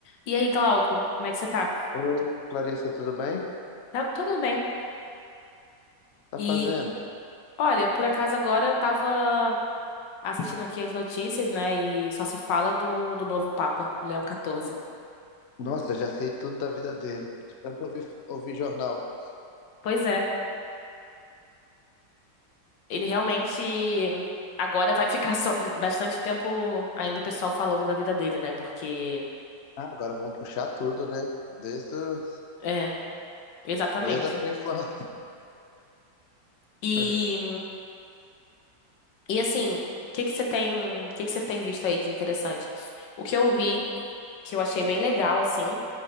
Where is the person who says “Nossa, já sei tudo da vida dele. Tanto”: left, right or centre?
Left